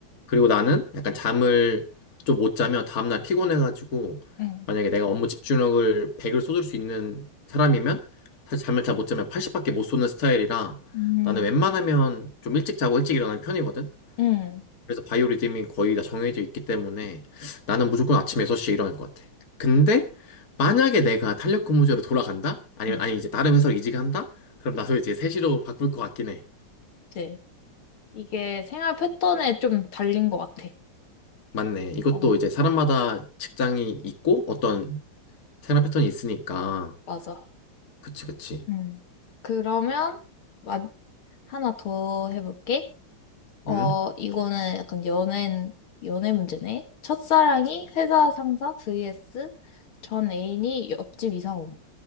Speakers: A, on the left; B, on the left.
A: 그리고 나는 약간 잠을 좀 못 자면 다음날 피곤해가지고,
B: 음,
A: 만약에 내가 업무 집중력을 100을 쏟을 수 있는 사람이면, 사실 잠을 잘 못 자면 80밖에 못 쏘는 스타일이라,
B: 음,
A: 나는 웬만하면 좀 일찍 자고 일찍 일어나는 편이거든.
B: 음,
A: 그래서 바이오 리듬이 거의 다 정해져 있기 때문에 나는 무조건 아침 6시에 일어날 것 같아. 근데 만약에 내가 탄력 근무제로 돌아간다? 아니면
B: 음.
A: 아니 이제 다른 회사로 이직한다? 그럼 나도 이제 3시로 바꿀 것 같긴 해.
B: 네. 이게 생활 패턴에 좀 달린 것 같아.
A: 맞네. 이것도
B: 어,
A: 이제 사람마다 직장이 있고 어떤 생활 패턴이 있으니까.
B: 맞아.
A: 그치, 그치.
B: 음, 그러면 마- 하나 더 해볼게. 어,
A: 응?
B: 이거는 약간 연애, 연애 문제네. 첫사랑이 회사 상사 vs 전 애인이 옆집 이사옴.